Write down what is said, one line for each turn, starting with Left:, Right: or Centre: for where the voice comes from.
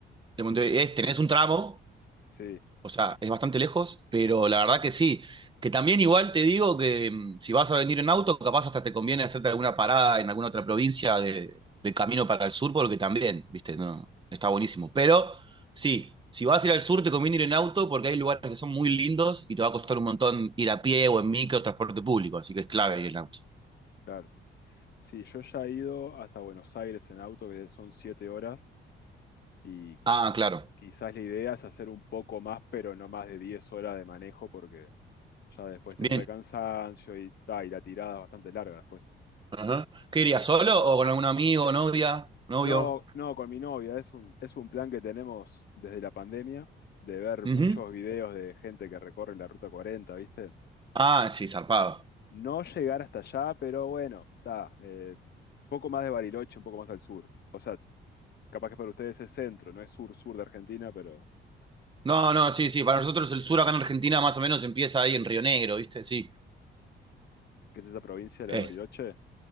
Right: De Montevideo. Es- tenés un tramo
Left: Sí,
Right: O sea, es bastante lejos, pero la verdad que sí. Que también igual te digo que mm, si vas a venir en auto, capaz hasta te conviene hacerte alguna parada en alguna otra provincia de, de camino para el sur, porque también, viste, no, está buenísimo. Pero sí, si vas a ir al sur, te conviene ir en auto porque hay lugares que son muy lindos y te va a costar un montón ir a pie o en micro o transporte público, así que es clave ir en auto.
Left: claro. Sí, yo ya he ido hasta Buenos Aires en auto, que son siete horas, y
Right: Ah, claro.
Left: quizás la idea es hacer un poco más, pero no más de 10 horas de manejo, porque ya después
Right: Bien.
Left: tendrá el cansancio y, ta, y la tirada es bastante larga después.
Right: Ajá. ¿Qué irías solo o con algún amigo, novia, novio?
Left: No, no, con mi novia. Es un, es un plan que tenemos desde la pandemia, de ver
Right: Ujú.
Left: muchos videos de gente que recorre la Ruta cuarenta ¿viste?
Right: Ah, sí, zarpado.
Left: No llegar hasta allá, pero bueno, está. eh, poco más de Bariloche, un poco más al sur. O sea, capaz que para ustedes es centro, no es sur-sur de Argentina, pero
Right: No, no, sí, sí. Para nosotros el sur acá en Argentina más o menos empieza ahí en Río Negro, ¿viste? Sí.
Left: ¿qué es esa provincia, la
Right: Es-
Left: de Bariloche?